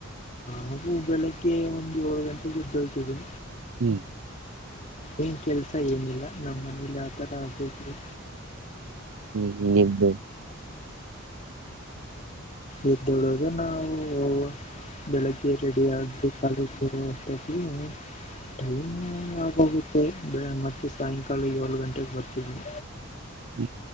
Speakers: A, on the left (about 35°); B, on the right (about 75°).
A: ನವು ಬೆಳಿಗ್ಗೆ ಒಂದ್ ಏಳು ಗಂಟೆಗೆ ಹೇದೇತಿವಿ
B: ಹ್ಮ್
A: ಏನ್ ಕೆಲ್ಸ ಏನಿಲ್ಲ ನಮ್ಮ ಮನೇಲಿ ಆತರ ಆಗ್ <unintelligible> ದ್ರು
B: ಹ್ಮ್ದ <unintelligible>
A: ಇದ್ದಳದು ನಾವು ಹ <unintelligible> ಬೆಳಿಗ್ಗೆ ರೆಡಿ ಆಗು ಕಾಲ ಶುರುವಷ್ಟಾಗಿ ಟೈಮ್ <unintelligible> ಹೋಗುತ್ತೆ ಮತ್ತೆ ಸಾಯಂಕಾಲ ಏಳ ಗಂಟೆಗೆ ಬರ್ತಿದ್ವಿ
B: ಹ್ಮ